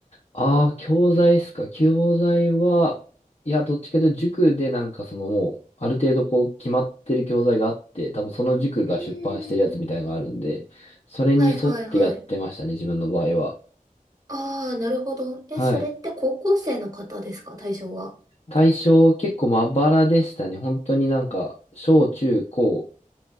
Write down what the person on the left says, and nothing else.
ああ、教材っすか。教材は、いや、どっちかというと塾でなんかそのもう、ある程度こう決まってる教材があって、多分その塾が出版してるやつみたいなのがあるんで、
それに沿ってやってましたね、
自分の場合は。
はい。
対象結構まばらでしたね。本当になんか、小中高